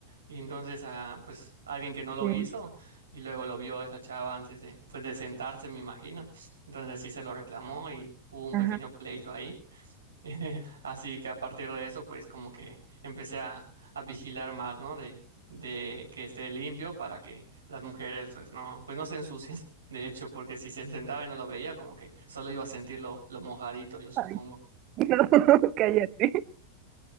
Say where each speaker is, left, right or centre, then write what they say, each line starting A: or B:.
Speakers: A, on the right; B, on the right.
A: Y entonces, ah, pues alguien que no lo
B: sí,
A: hizo y luego lo vio esa chava antes de, pues, de sentarse, me imagino. Entonces sí se lo reclamó y hubo un
B: ajá.
A: pequeño pleito ahí. <laughs> Así que a partir de eso, pues como que empecé a, a vigilar más, ¿no? De, de que esté limpio para que las mujeres, pues no, pues no se ensucien, <laughs> de hecho, porque si se sentaba y no lo veía, como que solo iba a sentir lo, lo mojadito, yo supongo.
B: Ay, <laughs> No, cállate.